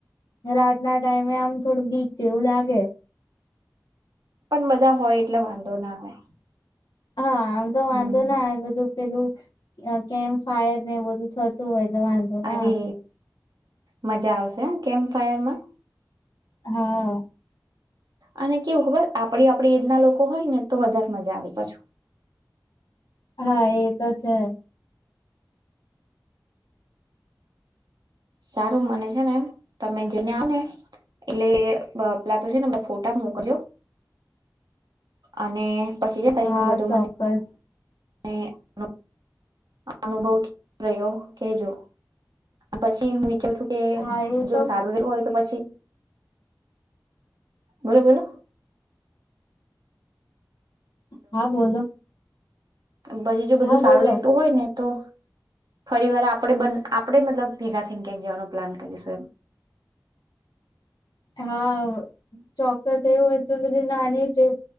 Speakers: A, on the left; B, on the right.
A: રાતના ટાઈમે આમ થોડું, બીક જેવું લાગે
B: પણ બધા હોય એટલે વાંધો ના આવે
A: હા આમ તો વાંધો
B: હમ
A: ના આ બધું પેલું કેમ્ ફાયર ને બધું થતું હોય એટલે વાંધો ના
B: અરે
A: આવે
B: મજા આવશે. કેમ્પ ફાયર માં
A: હા
B: અને કેવું, ખબર આપડી આપડી એજ ના લોકો હોય ને તો વધારે મજા આવે પાછુ
A: હા, એ તો છે
B: સારું, મને છે ને, એ તમે જેને આવ ને એટલે પેલા તો છે. ને બ ફોટા મોકજો. અને પછી જ તઈનું
A: હા
B: બધું
A: ચોક્કસ
B: મને હ અનુભવ રહ્યો કેજો, પછી, હું વિચ કે
A: હા એ
B: જો
A: તો
B: સારવ દન હોય તો પછી બોલો બોલો
A: હા બોલો
B: બછી, જો બધું
A: હા બોલો
B: સારું રતું હોય ને તો ફરી વાર આપ, આપણેે મતલબ ભેગા થઈને ક્યાંક જવાનો પ્લાન કરીશું એમ.
A: હા, ચોક્કસ એવું હોય તો બધ નાની ટ્રીપ